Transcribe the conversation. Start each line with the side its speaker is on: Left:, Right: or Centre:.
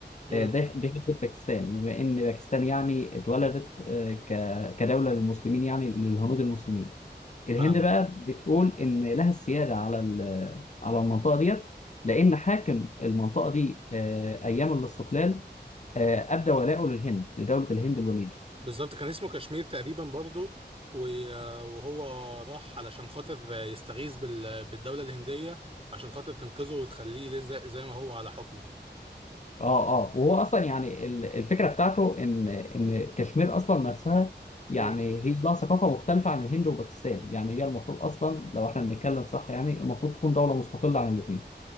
Right: امم
Left: آه، ده دي حته باكستان بما ان باكستان يعني اتولدت آه، ك- كدوله للمسلمين يعني للهنود المسلمين الهند
Right: فاهمك
Left: بقى بتقول ان لها السياده على ال- على المنطقه ديت لان حاكم المنطقه دي آه، ايام الاستقلال آه، ابدى ولاءه للهند لدوله الهند الوليده
Right: بالظبط كان اسمه كشمير تقريبا برضه و- وهو راح علشان خاطر يستغيث بال- بالدولة الهندية عشان خاطر تنقذه وتخليه لز- زي ما هو على حكمه
Left: اه اه وهو اصلا يعني ال- الفكره بتاعته ان ان كشمير اصلا نفسها يعني
Right: ف...
Left: هي لها ثقافه مختلفه عن الهند وباكستان يعني هي المفروض اصلا لو احنا بنتكلم صح يعني المفروض تكون دوله مستقله عن الاثنين